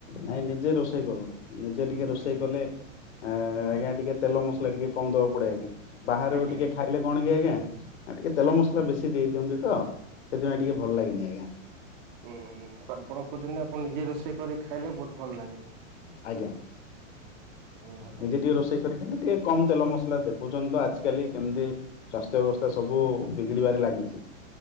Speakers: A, on the left; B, on the right.
A: ନାଇଁ ନିଜେ ରୋଷେଇ କରୁ ନିଜେ ଟିକେ ରୋଷେଇ
B: ଆଜ୍ଞା
A: କଲେ ଆ ଆଜ୍ଞା ଟିକେ। ଟିକେ ତେଲ ମସଲା ଟିକେ କମ ଦବା ପଡେ ଆଜ୍ଞା ବାହାରାରୁ
B: ଆଜ୍ଞା
A: ଟିକେ ଖାଇଲେ କଣ କି ଆଜ୍ଞା। ଟିକେ ତେଲ ମସଲା ବେଶୀ ଦେଇ ଦିଅନ୍ତି ତ। ସେଥିପାଇଁ ଟିକେ ଭଲ ଲାଗନି ଆଜ୍ଞା।
B: ହୁଁ ହୁଁ ଆପଣ କହୁଛନ୍ତି ଆପଣ ନିଜେ ରୋଷେଇ କରି ଖାଇଲେ ବହୁତ ଭଲ ଲାଗେ।
A: ଆଜ୍ଞା
B: ଓ ହୋ ହ
A: ନିଜେ ଟିକେ
B: ହ।
A: ରୋଷେଇ କରି ଖାଇଲେ ଟିକେ କମ ତେଲ ମସଲା ଦେଖୁଛନ୍ତି ତ ଆଜିକାଲି କେମିତି ସ୍ୱାସ୍ଥ୍ୟ ବ୍ୟବସ୍ଥା ସବୁ ବିଗିଡିବାରେ ଲାଗିଛି।